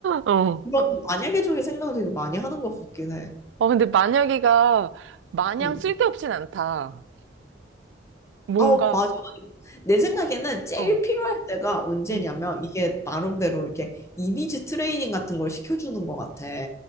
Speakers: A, on the right; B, on the left.
A: 어,
B: 그런 만약에 쪽에 생각 되게 많이 하는 것 같긴 해.
A: 어, 근데 만약에가 마냥
B: 음.
A: 쓸데없진 않다. 뭔가,
B: 어, 맞아, 맞아. 내 생각에는 제일
A: 어.
B: 필요할 때가 언제냐면
A: 응.
B: 이게 나름대로 이렇게 이미지 트레이닝 같은 걸 시켜주는 것 같아.